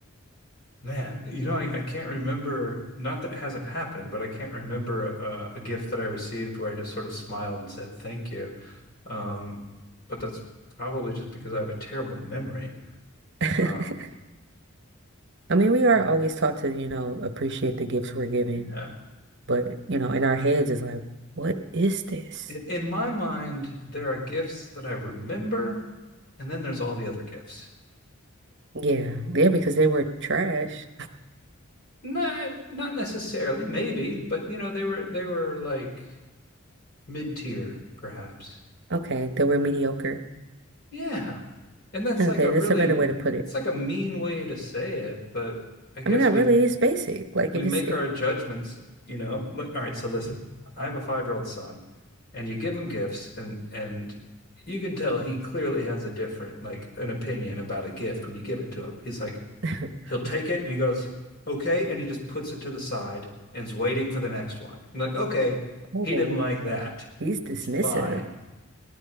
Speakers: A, on the left; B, on the right.
A: man, you know, I, I can't remember, not that it hasn't happened, but I can't remember a, a gift that I received where I just sort of smiled and said thank you. Um, but that's probably just because I have a terrible memory.
B: <laughs> I
A: Um,
B: mean, we are
A: man,
B: always taught to, you know, appreciate the gifts we're given,
A: yeah.
B: but you know, in our heads it's like, what is this?
A: I- In my mind, there are gifts that I remember, and then there's all the other gifts.
B: Yeah, yeah, because they were trash.
A: No, not necessarily, maybe, but you know, they were they were like mid tier, perhaps.
B: Okay, they were mediocre.
A: Yeah. And that's
B: Okay,
A: like a really
B: that's a better way to put it.
A: it's like a mean way to say it, but I guess
B: I mean, that
A: we
B: really is basic. Like
A: we
B: if
A: make
B: it's if
A: our judgments, you know. All right, so listen, I have a five year old son, and you give him gifts, and and you can tell he clearly has a different like an opinion about a gift when you give it to him. He's like
B: <laughs>
A: he'll take it and he goes okay, and he just puts it to the side and is waiting for the next one. And like okay,
B: oh,
A: he didn't like that,
B: he's dismissive.
A: fine,